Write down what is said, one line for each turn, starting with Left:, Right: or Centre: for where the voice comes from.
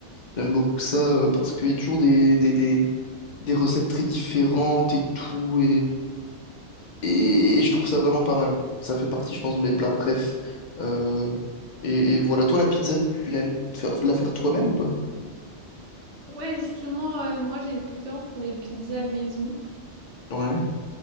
Left: J'aime beaucoup ça euh, parce qu'il y a toujours des, des, des, des recettes très différentes et tout. Et, et je trouve ça vraiment pas mal. Ça fait partie, je pense, de mes plats préf. Euh, et, et voilà, toi, la pizza, tu l'aimes faire- la faire toi-même ou pas?
Right: Ouais, justement, euh, moi, j'ai une préférence pour les pizzas maison.
Left: Ouais,